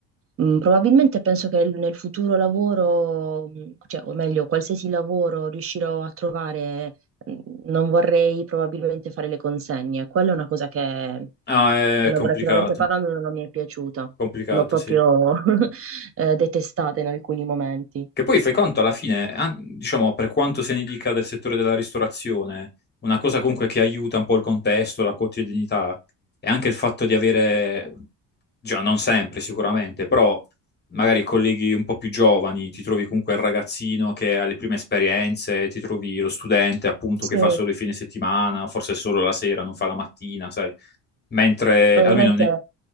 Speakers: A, on the right; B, on the left.
A: Mm, Probabilmente penso che nel futuro lavoro, mm, cioè, o meglio, qualsiasi lavoro riuscirò a trovare, mm, non vorrei probabilmente fare le consegne. Quella è una cosa che
B: No, è
A: Lavorativamente
B: complicato,
A: parlando non mi è piaciuta,
B: complicato,
A: l'ho proprio
B: sì.
A: <laughs> eh, detestata in alcuni momenti.
B: Che poi fai conto alla fine, an- diciamo, per quanto se ne dica del settore della ristorazione, una cosa comunque che aiuta un po' il contesto, la quotidianità, e anche il fatto di avere, già non sempre sicuramente, però magari colleghi un po' più giovani, ti trovi comunque il ragazzino che ha le prime esperienze, ti trovi lo studente appunto
A: Sì,
B: che fa solo il fine settimana, forse solo la sera, non fa la mattina, sai? Mentre
A: probabilmente
B: almeno ne-